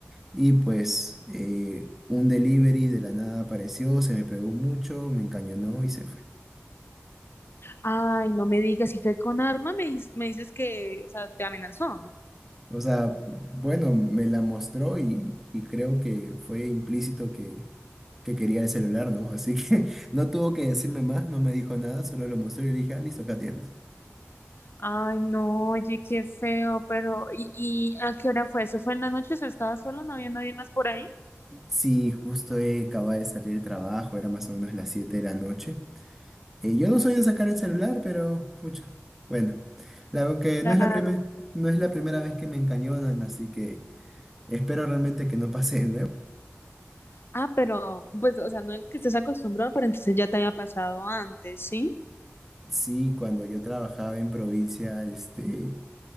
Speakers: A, in the centre; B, on the left.
A: y pues eh, un delivery de la nada apareció, se me pegó mucho, me encañonó y se fue.
B: Ay, no me digas, si fue con arma, me, dis- me dices que, o sea, te amenazó.
A: O sea, bueno, me la mostró y, y creo que fue implícito que quería el celular, ¿no? Así que <laughs> no tuvo que decirme más, no me dijo nada, solo lo mostró y le dije, ah, listo, acá tienes.
B: Ay, no, oye, qué feo, pero ¿y, y a qué hora fue? ¿Eso fue en la noche? ¿O sea, estabas solo? ¿No había nadie más por ahí?
A: Sí, justo eh, acababa de salir del trabajo, era más o menos las 7 de la noche. Eh, yo no soy de sacar el celular, pero pucha, bueno, la, aunque
B: Claro.
A: no es la primer- no es la primera vez que me encañonan, así que espero realmente que no pase de nuevo.
B: Ah, pero, pues, o sea, no es que estés acostumbrado, pero entonces ya te había pasado antes, ¿sí?
A: Sí, cuando yo trabajaba en provincia, este,